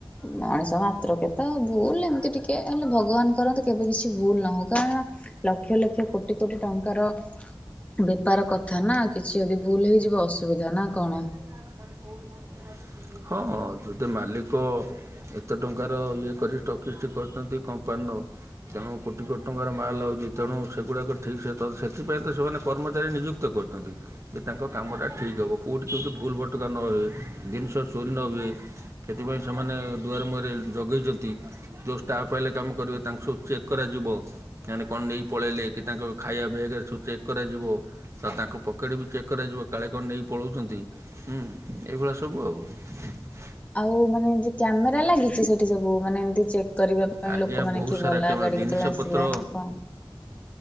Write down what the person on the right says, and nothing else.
<inaudible> ହଁ ହଁ ଯଦି ମାଲିକ ଏତେ ଟଙ୍କାର ଇଏ କରି <unintelligible> କରିଛନ୍ତି କମ୍ପାନୀର ତେଣୁ କୋଟି କୋଟି ଟଙ୍କାର ମାଲ୍ ଆଉଚି ତେଣୁ ସେଗୁଡ଼ାକ ଠିକ୍ ସେ ସେଥିପାଇଁ ତ ସେମାନେ କର୍ମଚାରୀ ନିଯୁ <unintelligible> କରୁଛନ୍ତି ଯେ ତାଙ୍କ କାମଟା ଠିକ୍ ହେବ କୋଉଠି କେମିତି ଭୁଲ୍ ଭଟକା ନ ହୁଏ ଜିନିଷ ଚୋରି ନ ହୁଏ ସେଥିପାଇଁ ସେମାନେ ଦୁଆର ମୁହଁରେ ଜଗେଇଛନ୍ତି। ଯୋଉ ଷ୍ଟାଫ୍ ଆଇଲେ କାମ କରିବେ ତାଙ୍କୁ ସବୁ ଚେକ୍ କରାଯିବ। କେଇଆଣି କଣ ନେଇ ପଳେଇଲେ କି ତାଙ୍କ ଖାଇବା ବ୍ୟାଗରେ ସବୁ ଚେକ୍ କରାଯିବ। ତ ତାଙ୍କ ପକେଟ୍ ବି ଚେକ୍ କରାଯିବ କାଳେ କଣ ନେଇ ପଳାଉଚନ୍ତି ହୁଁ ଏଇଭଳିଆ ସବୁ ଆଉ। <unintelligible>
ଆଜ୍ଞା
ବହୁତ
ସାରା
କ୍ୟାମେରା
ଜିନିଷପତ୍ର